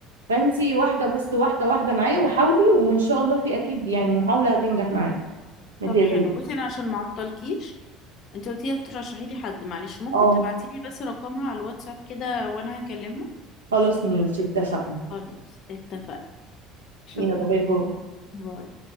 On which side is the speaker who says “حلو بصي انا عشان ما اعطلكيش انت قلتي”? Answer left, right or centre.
Left